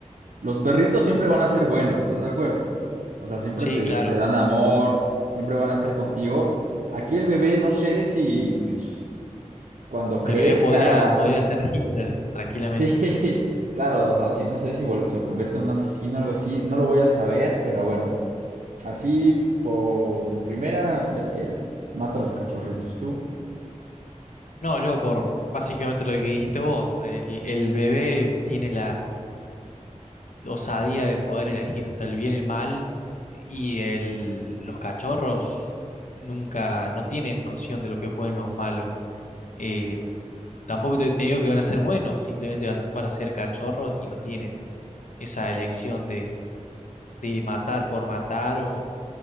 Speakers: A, on the right; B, on the left.
A: los perritos siempre van a ser buenos, ¿estás de acuerdo? O sea, siempre
B: Sí,
A: te,
B: claro.
A: te dan amor, siempre van a estar contigo. Aquí el bebé, no sé si pues, cuando
B: El
A: crezca,
B: bebé podría, podría ser Hitler tranquilamente.
A: <laughs> sí, claro, o sea, sí, no sé si vuel- se convierte en un asesino o algo así, no lo voy a saber, pero bueno. Así por de primera, el, el mata a los cachorritos, tú.
B: No, yo por básicamente lo que dijiste vos, el, el bebé tiene la osadía de poder elegir entre el bien y el mal y el, los cachorros nunca, no tienen noción de lo que es bueno o malo. Eh, tampoco te, te digo que van a ser buenos, simplemente vas- van a ser cachorros y no tienen esa elección de, de matar por matar o,